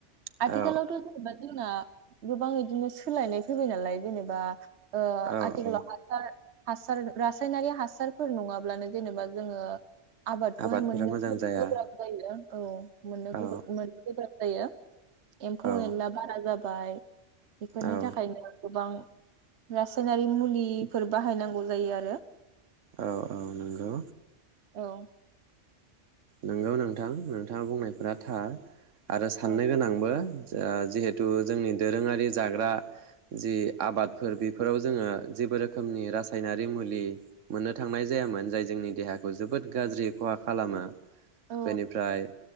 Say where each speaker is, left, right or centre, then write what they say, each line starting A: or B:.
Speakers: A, on the right; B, on the right.
A: आथिखालावथ
B: औ
A: जेनेबा जोंना गोबां इदिनो सोलायनाय फैबाय नालाय जेनेबा ओ
B: औ
A: आथिखालाव
B: औ
A: हासार हासार रासायनारि हासारफोर नङाब्लानो जेनेबा जोङो आबादखौहाय
B: आबादफोरा
A: मोननो
B: मोजां जाया
A: गोब्राब जायो। औ। मोननो
B: औ
A: गोबा मोननो गोब्राब जायो। एम्फौ
B: औ
A: एला बारा जाब बाय बेफोरनि
B: औ
A: थाखायनो गोबां रासायनारि मुलिफोर बाहायनांगौ जायो आरो।
B: औ औ नोंगौ।
A: औ।
B: नंगौ नोंथां नोंथाङा बुंनायफोरा थार। आरो साननो
A: औ
B: गोनांबो। जा जिहेथु जोंनि दोरोङारि जाग्रा जि आबादफोर बेफोराव जोङो जेबो रोखोमनि रासायनारि मुलि मोननो थांनाय जायामोन जाय जोंनि देहाखौ जोबोद गाज्रि खहा खालामा।
A: औ
B: बेनिफ्राय